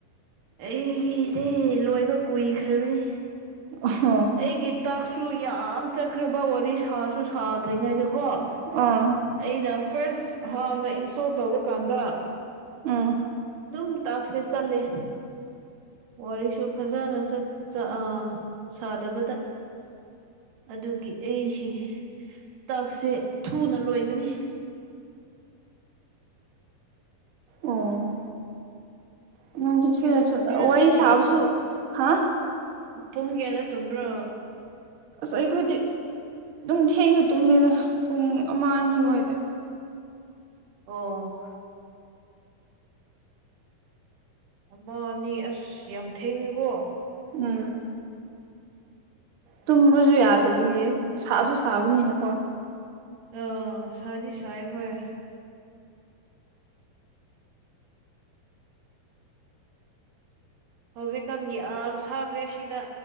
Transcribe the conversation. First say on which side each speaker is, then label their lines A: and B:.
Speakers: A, on the right (about 65°); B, on the right (about 80°).
A: ꯑꯩꯒꯤꯗꯤ ꯂꯣꯏꯕ ꯀꯨꯏꯈ꯭ꯔꯕꯅꯤ
B: ꯑꯣ
A: ꯑꯩꯒꯤ ꯇꯥꯛꯁꯨ ꯌꯥꯝ ꯆꯠꯈ꯭ꯔꯕ ꯋꯥꯔꯤ ꯁꯥꯁꯨ ꯁꯥꯗ꯭ꯔꯤꯉꯩꯗꯀꯣ
B: ꯑꯣ
A: ꯑꯩꯅ ꯐꯥꯔ꯭ꯁ ꯑꯍꯥꯟꯅ ꯏꯟꯁꯇꯣꯜ ꯇꯧꯕ ꯀꯥꯟꯗ
B: ꯎꯝ
A: ꯗꯨꯝ ꯇꯥꯛꯁꯦ ꯆꯠꯂꯦ ꯋꯥꯔꯤꯁꯨ ꯐꯖꯅ ꯆꯠ ꯆ ꯑ ꯁꯥꯗꯕꯗ ꯑꯗꯨꯒꯤ ꯑꯩꯁꯤ ꯇꯥꯛꯁꯦ ꯊꯨꯅ ꯂꯣꯏꯕꯅꯤ
B: ꯑꯣ ꯅꯪꯗꯤ
A: ꯄꯨꯡ
B: ꯊꯨꯅ
A: ꯀ꯭ꯋꯥꯗꯥ
B: ꯊꯨꯅ
A: ꯇꯨꯝꯤꯔꯥ
B: ꯋꯥꯔꯤ
A: ꯅꯪꯗꯤ
B: ꯁꯥꯕꯁꯨ ꯍꯥ
A: ꯄꯨꯡ ꯀ꯭ꯌꯥꯗꯥ ꯇꯨꯝꯕ꯭ꯔꯣ
B: ꯑꯁ ꯑꯩꯈꯣꯏꯗꯤ ꯑꯗꯨꯝ ꯊꯦꯡꯅ ꯇꯨꯝꯃꯦꯗ ꯄꯨꯡ ꯑꯃ ꯑꯅꯤ ꯋꯥꯏꯗ
A: ꯑꯣ ꯑꯃ ꯑꯅꯤ ꯑꯁ ꯌꯥꯝ ꯊꯦꯡꯉꯦꯀꯣ
B: ꯎꯝ ꯇꯨꯝꯕꯁꯨ
A: ꯀꯔꯤ
B: ꯌꯥꯗꯕꯒꯤ ꯁꯥꯁꯨ ꯁꯥꯕꯅꯦꯅꯀꯣ
A: ꯑ ꯁ꯭ꯅꯤ ꯁꯥꯏ ꯍꯣꯏ ꯍꯧꯖꯤꯛꯀꯥꯟ ꯌꯥꯝ ꯁꯥꯈ꯭ꯔꯦ ꯁꯤꯗ